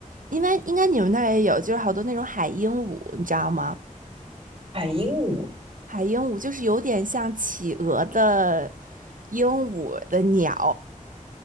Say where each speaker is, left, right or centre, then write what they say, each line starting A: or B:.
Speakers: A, on the right; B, on the right.
A: 应该应该你们那儿也有，就是好多那种海鹦鹉，你知道吗？
B: 海鹦鹉。
A: 海鹦鹉就是有点像企鹅的鹦鹉的鸟，